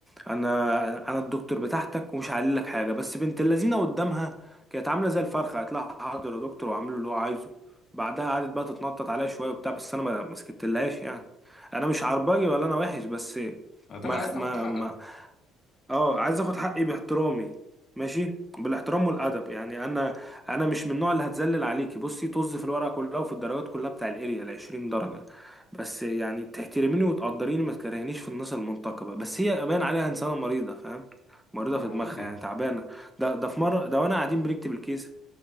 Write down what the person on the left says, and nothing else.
هتاخد
عايز تاخد
حقك
اه
عادي